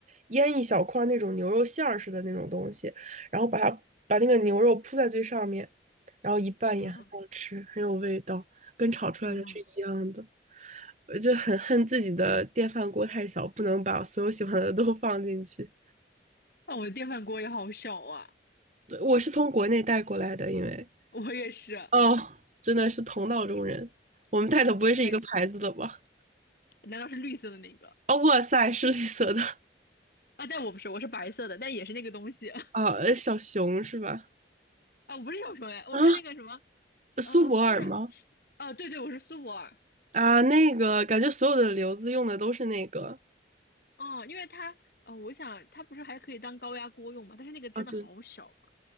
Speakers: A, on the right; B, on the left.
A: 腌一小块儿那种牛肉馅儿似的那种东西，然后把它把那个牛肉铺在最上面，然后一拌也很好吃，
B: 啊
A: 很有味道，跟炒出来的是一样的。
B: 啊！
A: 我就很恨自己的电饭锅太小，不能把所有喜欢的都放进去。
B: 那我的电饭锅也好小啊，
A: 我是从国内带过来的，因为
B: 我也是，
A: 哦，真的是同道中人。我们带的不会是一个牌子的吧？
B: 太小。难道是绿色的那个？
A: 哦，哇塞，是绿色的
B: 啊，但我不是，我是白色的，但也是那个东西。<laughs>
A: 啊，呃小熊是吧？
B: 啊，我不是小熊哎，我是那个什么
A: 啊，
B: 啊，
A: 苏泊尔吗？
B: 就是啊，对对，我是苏泊尔，
A: 啊，那个感觉所有的瘤子用的都是那个。
B: 嗯，因为它，嗯，我想它不是还可以当高压锅用嘛，但是那个真的好小啊
A: 啊，对